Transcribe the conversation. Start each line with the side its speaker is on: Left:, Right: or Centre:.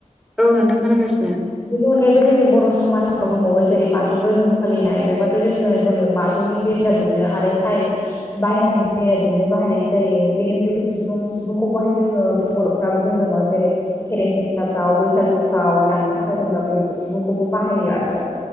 Centre: औ नोंथां खोनागासिनो
Left: बेनि अनगायैबो जोंनि बर' समाजा दंबावो जेरै बाथौ धोरोम फालिनाय बे बाथौ धोरोमा जोङो बाथौनि बेरा दुमनो आरो साइड बायहेरानि बेरा दुमनो बाहायनाय जायो बेनि उनगायैबो सिफुं सिफुंखौबोहाय जोङो बर' बाथौ धोरोमाव जेरै खेराइ फुजाफ्राव बैसागुफ्राव दामनाय थाखाय जोङो बे सुबुंखौबो बाहायो आरो